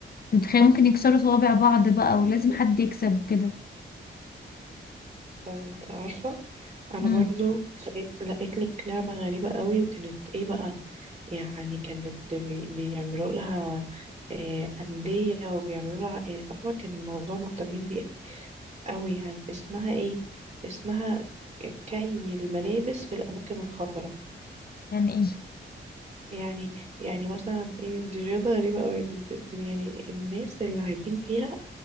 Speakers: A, on the left; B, on the right.
A: أنت متخيل ممكن يكسروا صوابع بعض بقى ولازم حد يكسب وكده
B: طب انت عارفة انا
A: امم
B: برضو لقيت لقيت لك لعبة غريبة قوي وكانت ايه بقى يعني كانت بي- بيعملوا لها آه، أندية وبيعملوا لها يعني فاهمة كان الموضوع مهتمين بيه قوي يعني اسمها ايه اسمها كي الملابس في الأماكن الخطرة
A: يعني ايه
B: يعني يعني مثلا ايه دي رياضة غريبة قوي يا بنتي يعني الناس اللي عايبين فيها